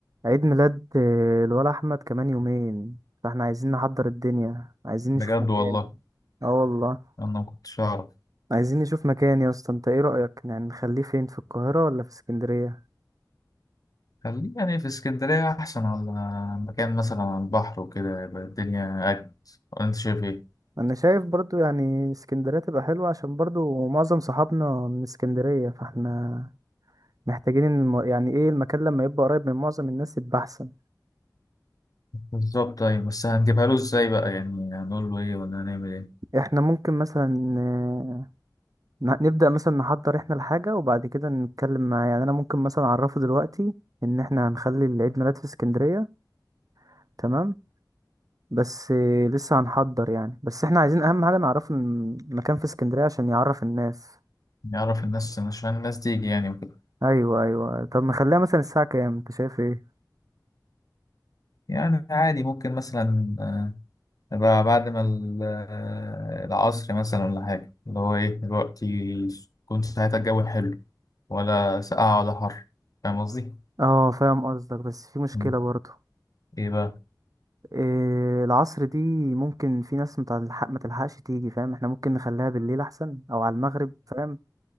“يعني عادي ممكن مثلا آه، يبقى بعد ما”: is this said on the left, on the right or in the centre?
Left